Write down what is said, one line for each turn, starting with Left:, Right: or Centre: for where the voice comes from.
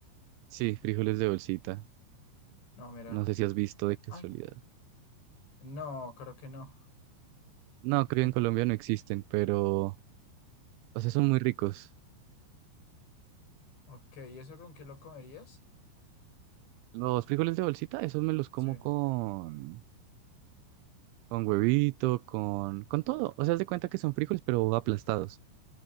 Right: sí, frijoles de bolsita.
Left: No, mira.
Right: No sé si has visto de casualidad.
Left: Ay, no, creo que no.
Right: No, creo
Left: Tengo...
Right: que en Colombia no existen, pero, o sea, son muy ricos.
Left: Ok, ¿y eso con qué lo comerías?
Right: Los frijoles de bolsita, esos me los como
Left: Sí.
Right: con, con huevito, con, con todo. O sea, haz de cuenta que son frijoles, pero aplastados,